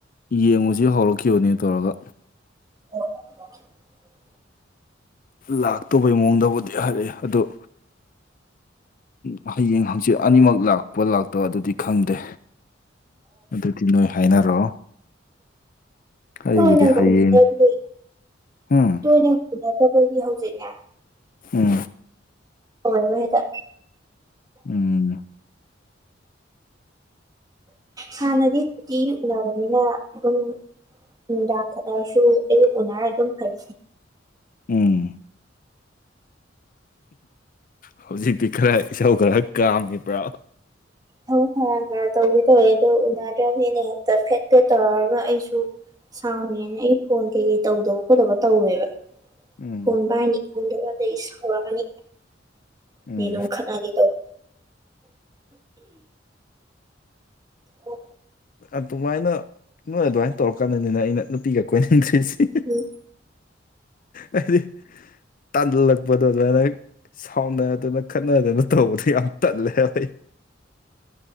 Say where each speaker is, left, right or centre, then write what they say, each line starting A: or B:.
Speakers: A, on the left; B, on the right.
A: ꯌꯦꯡꯉꯨꯖꯤ ꯍꯧꯔꯛꯈꯤꯕꯅꯦ ꯇꯧꯔꯒ
B: <unintelligible>
A: ꯂꯥꯛꯇꯧꯕꯩ ꯃꯑꯣꯡꯗꯕꯨꯗꯤ ꯍꯥꯏꯔꯑꯦ ꯑꯗꯨ ꯎ ꯍꯌꯦꯡ ꯍꯪꯆꯤꯠ ꯑꯅꯤꯃꯛ ꯂꯥꯛꯄ ꯂꯥꯛꯇꯕ ꯑꯗꯨꯗꯤ ꯈꯪꯗꯦ ꯑꯗꯨꯗꯤ ꯅꯣꯏ ꯍꯥꯏꯅꯔꯣ ꯑꯩꯕꯨꯗꯤ
B: ꯇꯣꯏꯅꯒ
A: ꯍꯌꯦꯡ
B: ꯎꯅꯗ
A: ꯎꯝ
B: ꯇꯣꯏꯅꯒ ꯎꯅꯗꯕꯒꯤ ꯍꯧꯖꯤꯛꯅꯦ
A: ꯎꯝ
B: ꯑꯣꯏꯔꯔꯣꯏ ꯍꯦꯇ
A: ꯎꯝ
B: ꯍꯥꯟꯅꯗꯤ ꯇꯤꯌꯨ ꯎꯅꯕꯅꯤꯅ ꯑꯗꯨꯝ ꯅꯨꯡꯗꯥꯡ ꯈꯠꯅꯔꯁꯨ ꯑꯌꯨꯛ ꯎꯅꯔ ꯑꯗꯨꯝ ꯐꯩ
A: ꯎꯝ ꯍꯧꯖꯤꯛꯇꯤ ꯈꯔ ꯏꯁꯧ ꯈꯔ ꯀꯥꯝꯃꯤꯕ꯭ꯔꯥ
B: ꯏꯁꯧ ꯈꯔ ꯈꯔ ꯇꯧꯒꯦ ꯇꯧꯋꯦ ꯑꯗꯨ ꯎꯅꯗ꯭ꯔꯕꯅꯤꯅ ꯍꯦꯛꯇ ꯐꯦꯠ ꯐꯦꯠ ꯇꯧꯔꯒ ꯑꯩꯁꯨ ꯁꯥꯎꯔꯤꯅꯦꯅ ꯑꯩ ꯐꯣꯟ ꯀꯩꯀꯩ ꯇꯧꯗꯕ ꯈꯣꯠꯇꯕ ꯇꯧꯋꯦꯕ
A: ꯎꯝ
B: ꯐꯣꯟꯕ ꯄꯥꯏꯅꯤ ꯈꯪꯗꯕ ꯑꯗꯩꯩ ꯁꯥꯎꯔꯛꯑꯅꯤ
A: ꯎꯝ
B: ꯑꯗꯩꯩ ꯑꯗꯨꯝ ꯈꯠꯅꯒꯦ ꯇꯩꯕ ꯑꯣ
A: ꯑꯗꯨꯃꯥꯏꯅ ꯅꯣꯏ ꯑꯗꯨꯃꯥꯏꯅ ꯇꯧꯔꯀꯥꯟꯗꯅꯤꯅ ꯑꯩꯅ ꯅꯨꯄꯤꯒ ꯀꯣꯏꯅꯤꯡꯗ꯭ꯔꯤꯁꯤ
B: ꯎꯝ
A: ꯍꯥꯏꯗꯤ ꯇꯟꯖꯟꯂꯛꯄꯗꯣ ꯑꯗꯨꯃꯥꯏꯅ ꯁꯥꯎꯅꯗꯅ ꯈꯠꯅꯗꯅ ꯇꯧꯕꯗꯨ ꯌꯥꯝ ꯇꯜꯂꯦꯕ ꯑꯩ